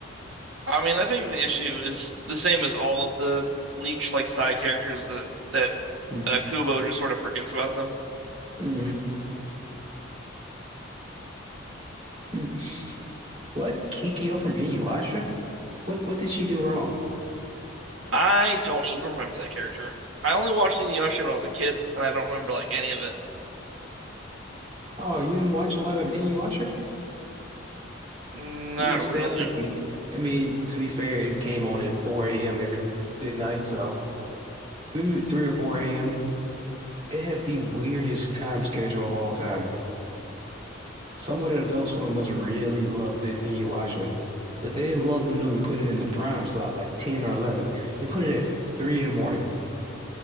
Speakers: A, on the right (about 80°); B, on the right (about 30°).
A: I mean, I think the issue is the same as all of the Bleach like side characters that that
B: Mm,
A: uh, Kubo just sort of forgets about them.
B: Mm-hmm. mm. What? Kikyo from Inuyasha? What what did she do wrong?
A: I don't even remember that character. I only watched Inuyasha when I was a kid, and I don't remember like any of it.
B: Oh, you didn't watch a lot of Inuyasha?
A: Not
B: You didn't stay
A: really.
B: up to I mean, to be fair, it came on at 4 a.m. every at night, so maybe 3 or 4 a.m. It had the weirdest time schedule of all time. Someone at Adult Swim must have really loved it Inuyasha. But they didn't love them enough to put it in the prime slot, like 10 or 11. They put it at 3 in the morning.